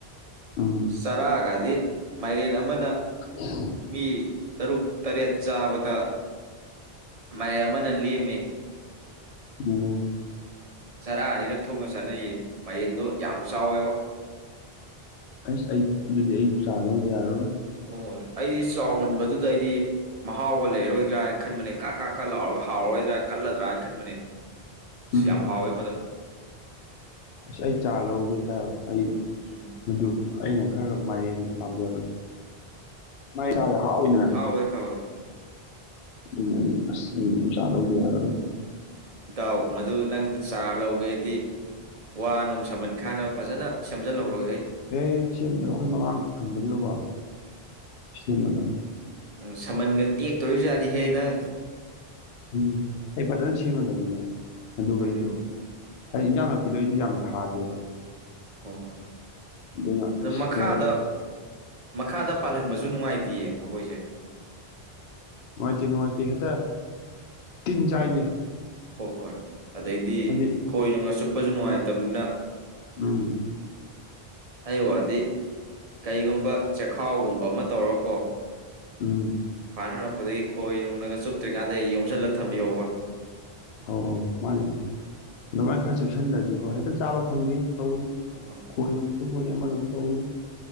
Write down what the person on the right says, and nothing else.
ꯆꯔꯥꯒꯗꯤ ꯃꯥꯏꯔꯦꯜ ꯑꯃꯅ
ꯃꯤ ꯇꯔꯨꯛ ꯇꯔꯦꯠ ꯆꯥꯕꯗ ꯃꯌꯥꯝ ꯑꯃꯅ ꯂꯦꯝꯃꯦ
ꯆꯔꯥ ꯑꯅꯤꯔꯛ ꯊꯣꯛꯅ ꯆꯥꯅꯩꯌꯦ ꯃꯌꯦꯟꯗꯣ ꯌꯥꯝ ꯆꯥꯎꯑꯦꯕ
ꯍꯣꯏ ꯑꯩ ꯆꯥꯎꯍꯟꯕ ꯑꯗꯨꯗ ꯑꯩꯗꯤ ꯃꯍꯥꯎꯒ ꯂꯩꯔꯣꯏꯗ꯭ꯔꯥꯅ ꯈꯟꯕꯅꯦ ꯀꯥꯛ-ꯀꯥꯛ-ꯀꯥꯛ ꯂꯥꯎꯔꯒ ꯍꯥꯎꯔꯣꯏꯗ꯭ꯔꯥ ꯀꯜꯂ ꯇ꯭ꯔꯥꯅ ꯈꯟꯕꯅꯤ ꯏꯁ
ꯌꯥꯝ ꯍꯥꯎꯋꯦ ꯃꯗꯨ
ꯎꯝ
ꯍꯥꯎꯋꯦ ꯍꯥꯎꯋꯦ
ꯏꯇꯥꯎ ꯃꯗꯨ ꯅꯪ ꯆꯥꯔ ꯂꯧꯒꯦꯗꯤ ꯋꯥ-ꯅꯨꯡ ꯁꯃꯟ ꯈꯥꯅꯕ ꯐꯖꯅ ꯁꯦꯝꯖꯤꯜꯍꯧꯔꯣꯍꯦ
ꯎꯨꯝ ꯁꯃꯟꯒ ꯇꯦꯛꯇꯣꯔꯤꯖꯥꯠꯅꯤꯍꯦ ꯅꯪ
ꯎꯝ
ꯍꯣꯏ-ꯍꯣꯏ
ꯑꯗꯨ
ꯃꯈꯥꯗ-ꯃꯈꯥꯗ
ꯄꯥꯜꯍꯟꯕꯁ ꯨ ꯑꯗꯨ ꯅꯨꯡꯉꯥꯏꯇꯦꯌꯦ ꯃꯈꯣꯏꯁꯦ
ꯍꯣ-ꯍꯣꯏ ꯑꯗꯩꯗꯤ
ꯈꯣꯏꯅꯨꯡꯅ ꯆꯨꯞ ꯄꯁꯨ ꯅꯨꯡꯉꯥꯏꯇꯕꯅꯤꯅ
ꯑꯩꯒꯤ ꯋꯥꯗꯤ ꯀꯩꯒꯨꯝꯕ ꯆꯦꯈꯥꯎꯒꯨꯝꯕ ꯑꯃ ꯇꯧꯔꯀꯣ
ꯄꯥꯟ ꯍꯧꯔꯛꯄꯗꯒꯤ ꯈꯣꯏ ꯅꯨꯡꯅꯒ ꯆꯨꯞꯇ꯭ꯔꯤꯀꯥꯟꯗ ꯌꯣꯝꯁꯤꯜꯂꯒ ꯊꯝꯕꯤꯍꯧꯕ
ꯍꯣꯏ ꯍꯣꯏ